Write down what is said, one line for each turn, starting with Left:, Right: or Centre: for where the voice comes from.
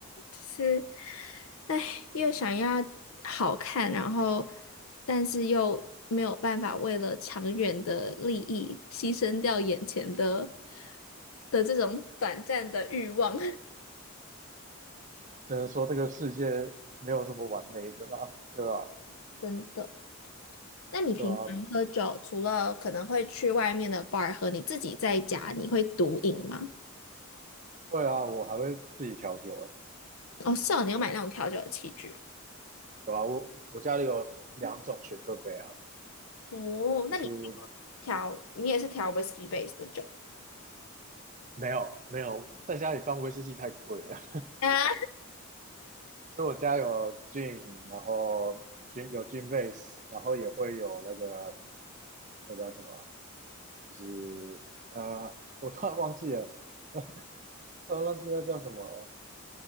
Left: 就是，哎，又想要好看，然后但是又没有办法为了长远的利益牺牲掉眼前的的这种短暂的欲望，
Right: 只能说这个世界没有什么完美的啦，对吧？
Left: <laughs> 真的。那你平常喝酒，
Right: 对啊，
Left: 除了可能会去外面的 bar 喝，你自己在家你会独饮吗？
Right: 会啊，我还会自己调酒哎、欸
Left: 哦，是哦，你要买那种调酒的器具
Right: 有啊，我我家里有两种雪克杯啊，
Left: 哦，
Right: 就是
Left: 那你调，你也是调 whisky base 的酒，
Right: 没有没有在家里放威士忌太贵了，
Left: 啊？
Right: <laughs> 所以我家有 gin，然后 gin 有 gin base，然后也会有那个那叫什么啊就是啊呃，我突然忘记了，<laughs> 突然忘记那叫什么了。